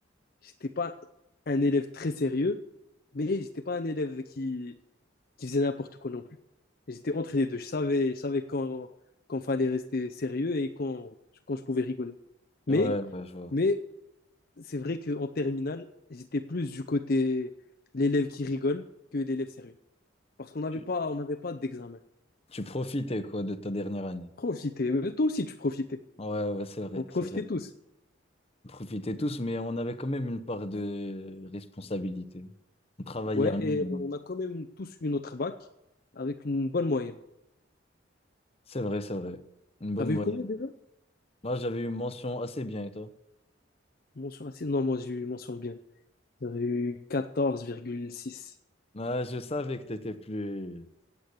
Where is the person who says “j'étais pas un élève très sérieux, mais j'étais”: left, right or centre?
Left